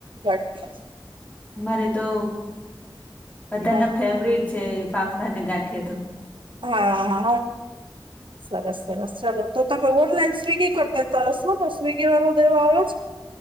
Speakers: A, on the right; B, on the left.
A: ગાંઠ.
B: અમારે તો બધાના
A: હા
B: ફેવરિટ છે ફાફડા અને ગાંઠિયા તો.
A: હા. સરસ સરસ ચાલો તો તમે ઓનલાઈન સ્વિગી કરી દેતા શો ને સ્વિગી વાળો દેવો આવો જ.